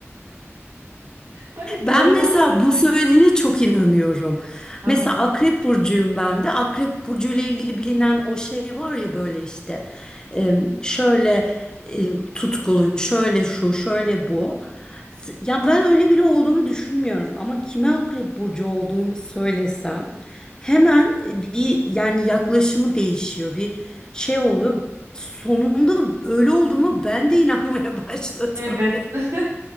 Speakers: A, on the right (about 70°); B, on the left (about 15°).
A: Hani yönlendiriyor.
B: Ben mesela bu söylediğine çok inanıyorum.
A: Aha,
B: Mesela Akrep Burcu'yum ben de. Akrep Burcu ile ilgili bilinen o şey var ya böyle işte e, şöyle e, tutkulu, şöyle şu, şöyle bu. S- Yani ben öyle biri olduğumu düşünmüyorum ama kime Akrep Burcu olduğumu söylesem hemen e, bir yani yaklaşımı değişiyor. Bir şey oluyor. Sonunda öyle olduğuma ben de inanmaya <laughs> başladım.
A: evet. <laughs>